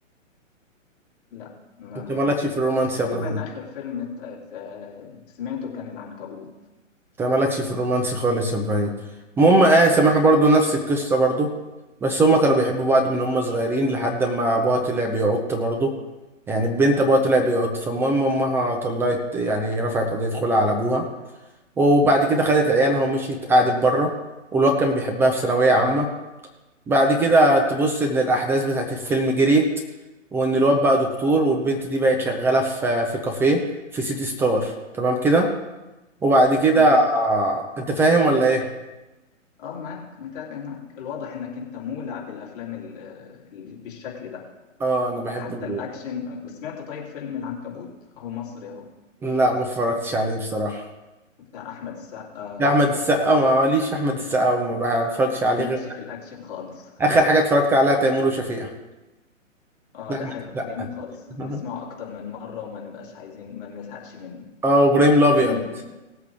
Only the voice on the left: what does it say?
لا ما
تقريبا
آخر فيلم ات- ات- سمعته كان العنكبوت
اه
رياض
أكشن
تمام
اه معاك متابع معاك الواضح انك انت مولع بالافلام ال- ال- بالشكل ده
حتى
الاكشن سمعت طيب فيلم العنكبوت اهو مصري اهو
بتاع احمد السقا
مالكش
في الاكشن خالص
اه
ده
حلو
جميل خالص بنسمعه
اكتر من مرة وما نبقاش عايزين ما نزهقش منه
جميل